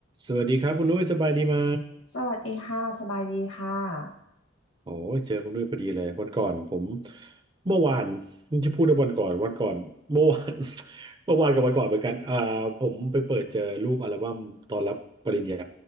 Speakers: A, on the right; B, on the left.
A: สวัสดีครับคุณนุ้ยสบายดีไหม
B: สวัสดีค่ะสบายดีค่ะ
A: โอ้ยเจอคุณด้วยพอดีเลยวันก่อนผมเมื่อวานจะพูดว่าวันก่อนวันก่อนเมื่อวาน <laughs> เมื่อวานกับวันก่อนเหมือนกันอ่าผมไปเปิดเจอรูปอัลบั้มตอนรับปริญญา